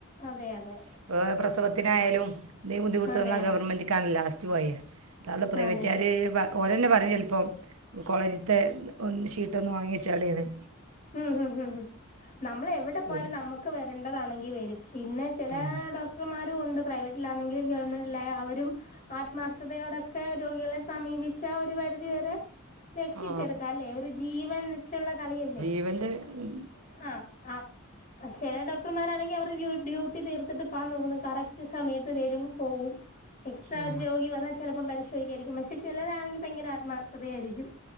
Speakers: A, on the left (about 40°); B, on the right (about 85°).
A: അതെ അതെ.
B: <unintelligible> പ്രസവത്തിനായാലും എന്തെങ്കി ബുദ്ധിമുട്ട്
A: അതെ
B: വന്നാ
A: അതെ അതെ
B: ഗവർമെന്റ്ക്കാണല്ല ലാസ്റ്റ് പറയാ. <unintelligible> പ്രൈവറ്റുകാര്
A: അതെ
B: പ ഓരന്നെ പറയും ചെലപ്പോം കോളേജത്തെ ഒന്ന് ശീട്ടൊന്ന് വാങ്ങി വെച്ചാളീന്ന്.
A: മ്മ് ഹും ഹും നമ്മൾ എവിടെ പോയാലും
B: ഓല്
A: നമ്മക്ക് വരേണ്ടതാണെങ്കി വരും. പിന്നെ ചെല
B: ഉം.
A: ഡോക്ടർമാരും ഉണ്ട് പ്രൈവറ്റിലാണെങ്കിലും ഗവൺമെന്റില അവരും, ആത്മാർഥതയോടൊക്കെ രോഗികളെ സമീപിച്ച ഒരു പരിധിവരെ രക്ഷിച്ചെടുക്കാല്ലെ.
B: ആ
A: ഒരു ജീവൻ വെച്ചുള്ള കളിയല്ലേ.
B: ജീവന്റെ <unintelligible>
A: ആഹ് ആ ചെല ഡോക്ടർമാരാണെങ്കി അവര്ട ഡ്യൂ ഡ്യൂട്ടി തീർത്തിട്ട് പാൻ നോക്കുന്നു കറക്റ്റ് സമയത്ത് വരും. പോവും. എക്സ്ട്രാ
B: ആ
A: ഒരു രോഗി വന്നാ ചെലപ്പം പരിശോധിക്കായിരിക്കും. പക്ഷെ ചിലരാണെങ്കി ഭയങ്കര ആത്മാർത്ഥതയായിരിക്കും.